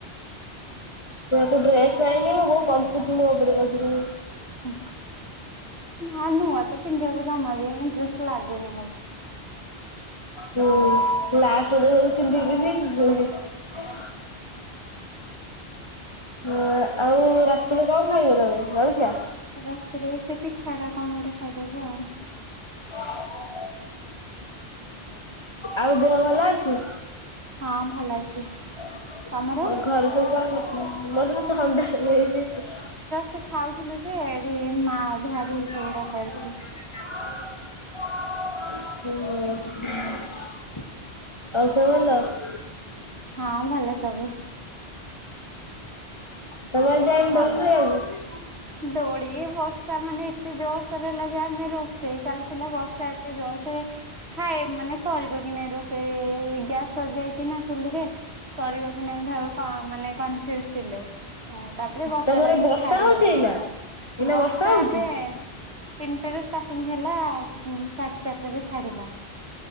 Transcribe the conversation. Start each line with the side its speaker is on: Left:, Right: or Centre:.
Left: ସେୟାକୁ ଡ୍ରେସ ପାଇନି ମୁଁ ବହୁତ କମ୍ପୁଛି ମୋ ଉପରେ କସିକିନି।
Right: ଓ ନା ନୂଆ ତ ପିନ୍ଧିବାକୁ ଜମା ବି ଇଣ୍ଟରେଷ୍ଟ ଲାଗୁନି ଆଉ।
Left: ହୁଁ ଲାଷ୍ଟ ଦିନ ପିନ୍ଧିବିନି <unintelligible> ହ <unintelligible> ହ ଆଉ ରାତିରେ କଣ ଖାଇବ ତମେ ଜଳଖିଆ?
Right: ରାତିରେ ସେ ପିଠା ଟା କଣ ଗୋଟେ ଖାଇଦବୁ ଆଉ।
Left: ହ <unintelligible> ଆଉ ଦେହ ଭଲ ଅଛି?
Right: ହଁ ଭଲ ଅଛି
Left: ଆଉ
Right: ତମର?
Left: ଘରେ ସବୁ କଣ <unintelligible> ଥଣ୍ଡା ହେଇଯାଇଛି।
Right: ଟ ଖାଉଥିଲୁ ସେଠି ମା
Left: ସେ
Right: ଧୁଆ ଧୁଇ ସେଗୁଡା କରୁଛି।
Left: <unintelligible> ହୁଁ ଆଉ ସବୁ ଭଲ?
Right: ହଁ ଭଲ ସବୁ।
Left: ତମେ ଆଜି ଯାଇନ
Right: ଭଲ
Left: ଦୋଳି ଖେଳିବାକୁ?
Right: ଦୋଳି ବର୍ଷା ମାନେ ଏତେ ଜୋରସୋର ହେଲା ଯେ ଆମେ ରୋଷେଇ ଚାଲିଥିଲା ବର୍ଷା ଏତେ ଜୋରସୋରେ ଖାଇ ମାନେ ସରିବ କି ନାଇ ରୋଷେଇ ଗ୍ୟାସ୍ ସରି ଯାଇଛି ନା ଚୁଲିରେ ସରିବ କି ନାଇଁ ଭ କ ମାନେ କନଫ୍ୟୁଜ ଥିଲୁ। ହଁ, ତାପରେ ବର୍ଷାଟା
Left: ତମର
Right: ହେଇକି
Left: ବର୍ଷା
Right: ଛାଡିଗଲା।
Left: ହଉଛି ଏଇନା? ଏଇନା
Right: ବର୍ଷା
Left: ହଉଛି?
Right: ଏବେ ତିନିଟାର ଷ୍ଟାର୍ଟିଂ ହେଲା ସାଢେ ଚାରିଟାରେ ଛାଡିଲା।